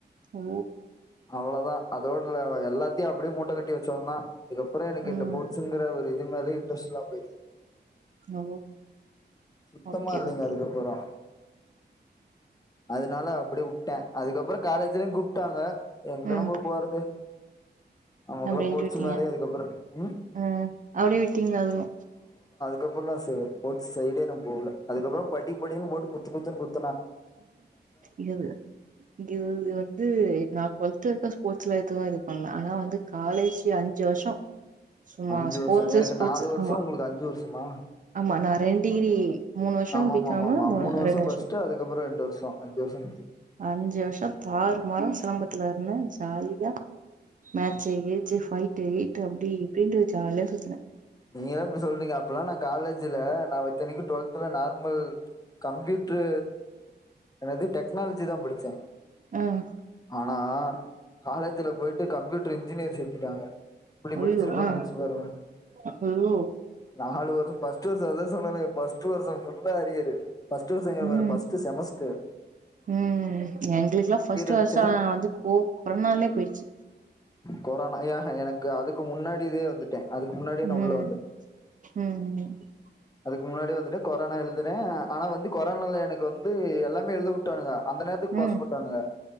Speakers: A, on the right; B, on the left.
A: ஓ
B: அவ்வளதா அதோட லவ எல்லாத்யு அப்டியே மூட்ட கட்டி வச் சொன்னா அதுக்கப்பற எனக்கு
A: ம்
B: இந்த ஃபோர்ட்ஸ்ங்குற ஒரு இதுமேலேயே இன்ட்ரெஸ்ட்ல்லாம் போயிரு
A: ஓ
B: சுத்தமா
A: ஓகே
B: இல்லிங்க
A: ஓகே
B: அதுக்கப்புறொ அதனால அப்டியே உட் உட்ட அதுக்கப்புறொ காலேஜ்லயு கூப்டாங்க எங்க
A: ம்
B: நம்ம போறது நமக்குல்லா
A: அப்டின்ட்டு
B: போட்ச்சு
A: விட்டீங்க
B: மேலயே அதுக்கப்புற ம்
A: ம் அப்டியே விட்டீங்ளா அவுரு
B: கப்பலா சே போட்ஸ் சைடே நா போவுல அதுக்கப்புறொ படிப்படினு போட்டு குத்து குத்துன்னு குத்
A: இது கிவ்து வந்து நா டுவெல்த் வரைக்கூ ஸ்போர்ட்ஸ்ல துவ இது பண்ல ஆனா வந்து காலேஜ்ஜி அஞ்சு வர்ஷோ சும்மா
B: அஞ்சு
A: ஸ்போர்ட்சு
B: வருஷோ எனக்கு
A: ஸ்போர்ட்சு
B: நாலு வருஷோ
A: அமா
B: உங்களுக்கு அஞ்சு வருஷமா
A: ஆமா நா ரெண்டிகிரீ மூண் வர்ஷோ
B: ஆமா ஆமா
A: பி க்காமு
B: ஆமா ஆமா
A: மூணு
B: வருஷோ
A: ரெட் டேஷ்
B: ஃபர்ஸ்ட் அதுக்கப்புறோ ரெண்டு வருஷோ அஞ்சு வருஷோ குத்து.
A: அஞ்சு வர்ஷோ தார் மாறா சிலம்பத் துலர்ந்த ஜாலியா மேச்சு கீச்சு ஃபைட்டு ஈட்டு அப்டி இப்டின்டு ஜாலியா சுத்துன
B: நீங்களா இப்டி சொல்றீங்க அப்பல்லா நா காலேஜ்ல நா வத்தனிக்கு டுவெல்த்ல நார்மல் கம்ப்யூட்ரூ என்னது டெக்னாலஜி தா படிச்சே
A: ம்
B: ஆனா காலேஜ்ல போய்ட்டு கம்ப்யூட்ரு இன்ஜி இன்ஜினியர் சேத்திட்டாங்க இப்டி படிச்சிருப்பே
A: ஐயோ ஆ
B: நெனச்சு பாருங்க
A: ஐயோ
B: நாலு வரு பஸ்ட்டு வருஷ் அதா சொன்னாலே பஸ்ட் வர்சொ ஃபுல்லா அரியரு ஃபஸ்ட்டு வர்சங்கிற பாரு
A: ம்
B: ஃபஸ்ட்டு செமஸ்ட்ரு
A: ம் எங்ளுக்லா ஃபஸ்ட்டு
B: வச்சே
A: வர்ஷோ ஆ வந்து கோ கொரோனாலேயே போயிச்சி
B: கொரோனா யா எனக்கு அதுக்கு முன்னாடிதே வந்துட்டே அதுக்கு
A: ம்
B: முன்னாடியே நா உள்ள வந்துட்டே
A: ம் ம்
B: அதுக்கு முன்னாடியே வந்துட்டு கொரோனா எழுதுறேன் ஆனா வந்து கொரோனால எனக்கு வந்து எல்லாமே எழுத வுட்டானுங்க அந்த நேரத்துக்கு
A: ம்
B: பாஸ் போட்டானுக